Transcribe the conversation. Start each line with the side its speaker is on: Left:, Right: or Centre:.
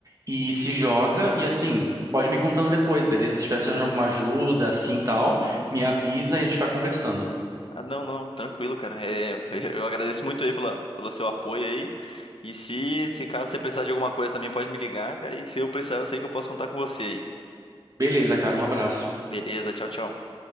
Right: e se joga. E assim, pode me contando depois, beleza? Se estiver precisando
Left: uhum.
Right: de alguma ajuda, assim tal, me avisa e a gente vai conversando.
Left: Ah, não, não, tranquilo, cara. É, <laughs> eu agradeço muito aí pela, pelo seu apoio aí. E se, se caso você precisar de alguma coisa também, pode me ligar, cara. E se eu precisar, eu sei que eu posso contar com você aí.
Right: Beleza, cara, um abraço.
Left: Beleza, tchau, tchau.